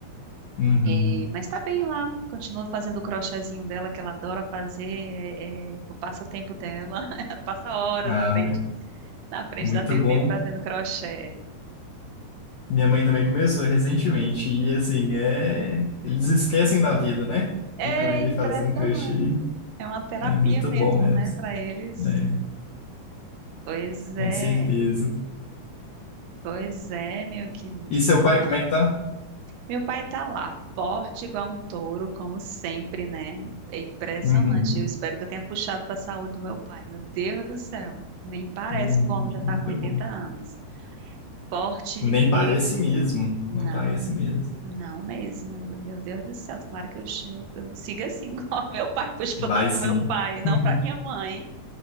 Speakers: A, on the left (about 80°); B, on the right (about 85°).
A: Uhum.
B: É, mas tá bem lá, continua fazendo o crochêzinho dela que ela adora fazer, é, é o passatempo dela, <laughs> Ela passa horas
A: Ah,
B: na frente,
A: mui-
B: na frente
A: muito
B: da TV
A: bom.
B: fazendo crochê.
A: Minha mãe também começou recentemente. E assim, é... eles esquecem da vida, né?
B: É
A: Ficam ali
B: impressionante,
A: fazendo crochê.
B: é uma terapia
A: É muito
B: mesmo,
A: bom mesmo.
B: né, para eles.
A: É,
B: Pois é,
A: com certeza.
B: pois é, meu querido.
A: E seu pai, como é que tá?
B: Meu pai tá lá, forte igual um touro, como sempre, né? É impressionante.
A: Uhum.
B: Eu espero que eu tenha puxado para a saúde do meu pai. Meu Deus do céu, nem parece
A: Uhum.
B: como já tá
A: Muito
B: com 80
A: bom.
B: anos. esporte
A: Nem parece
B: e
A: mesmo.
B: não,
A: Não parece mesmo.
B: não mesmo. Eu- meu Deus do céu, tomara que eu, eu, eu siga assim, <laughs> igual meu pai, puxe pro
A: Vai
B: lado do
A: sim.
B: meu pai, não
A: <laughs>
B: pra minha mãe.